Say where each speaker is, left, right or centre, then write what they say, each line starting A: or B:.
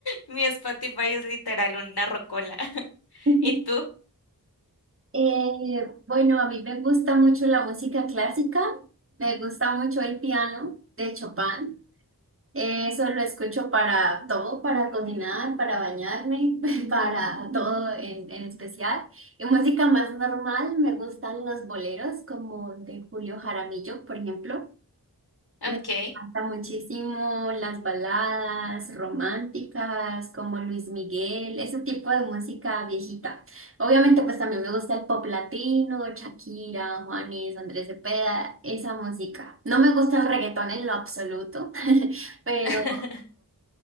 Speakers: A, on the left (about 85°); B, on the right (about 35°).
A: mi Spotify es literal una rocola. <laughs> ¿Y
B: <laughs>
A: tú?
B: Eh, bueno, a mí me gusta mucho la música clásica, me gusta mucho el piano de Chopin. Eso lo escucho para todo, para cocinar, para bañarme, <laughs> para todo en, en especial. Y música más normal, me gustan los boleros como de Julio Jaramillo, por ejemplo.
A: Ok,
B: Me encanta muchísimo las baladas románticas como Luis Miguel, ese tipo de música viejita. Obviamente pues también me gusta el pop latino, Shakira, Juanes, Andrés Cepeda, esa música. No me gusta el reggaetón en lo absoluto, <laughs> pero,
A: <laughs>